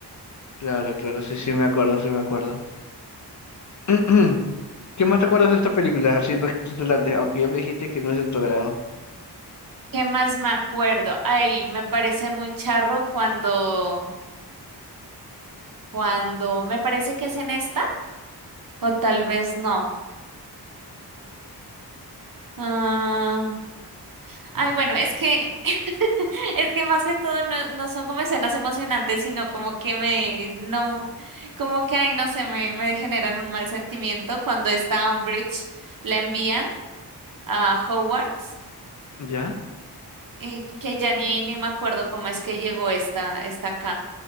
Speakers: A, on the left (about 45°); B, on the right (about 55°).
A: Claro, claro, sí, sí me acuerdo, sí me acuerdo. <clears throat> ¿Qué más te acuerdas de esta película? Así re- resaltante, aunque ya me dijiste que no es de tu agrado.
B: ¿Qué más me acuerdo? Ay, me parece muy charro cuando, cuando, me parece que es en esta, o tal vez no. Ah, ay, bueno, es que, <laughs> es que más que todo no, no son como escenas emocionantes, sino como que me, no, como que, ay, no sé, me, me generan un mal sentimiento cuando esta Umbridge la envían. a Hogwarts
A: ¿Ya?
B: y que ya ni, ni me acuerdo cómo es que llegó esta, esta acá.